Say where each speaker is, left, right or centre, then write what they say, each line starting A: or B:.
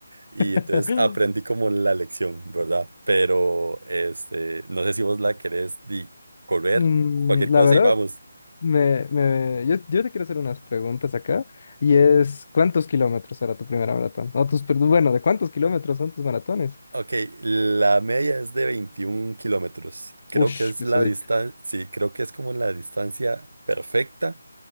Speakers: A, on the left (about 45°); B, on the right (about 80°).
A: <laughs>
B: y entonces aprendí como la lección, ¿verdad? Pero este, no sé si vos la querés di, correr,
A: Mm,
B: cualquier cosa
A: la verdad,
B: y vamos.
A: me, me- yo, yo te quiero hacer unas preguntas acá. Y es, ¿cuántos kilómetros era tu primera maratón? O tus, perdón, bueno, ¿de cuántos kilómetros son tus maratones?
B: Ok, la media es de 21 kilómetros. Creo
A: Ush,
B: que es
A: pesadito.
B: la distancia, sí, creo que es como la distancia perfecta